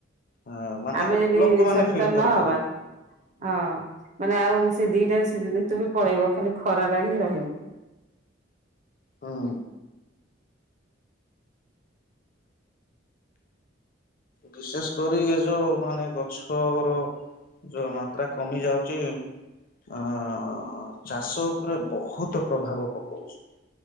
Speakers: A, on the left; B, on the right.
A: ହଁ ମାନେ
B: ଆମେ ଯଦି
A: ଲୋକମାନେ
B: ସଚେତନ
A: ଫିଲ୍ କରିପାରୁ
B: ନହବା ହଁ ମାନେ ଆଉ ସେ ଦିଟା ସୁ ତେବେ ପଳେଇବ ଖାଲି ଖରାଟା ହିଁ ରହିବ।
A: ହୁଁ ବିଶେଷେ କରି ଏ ଯୋଉ ମାନେ ଗଛ ର ଯୋଉ ମାତ୍ରା କମି ଯାଉଛି ଆ ଆ ଆ ଚାଷ ଉପରେ ବହୁତ ପ୍ରଭାବ ପକଉଛି।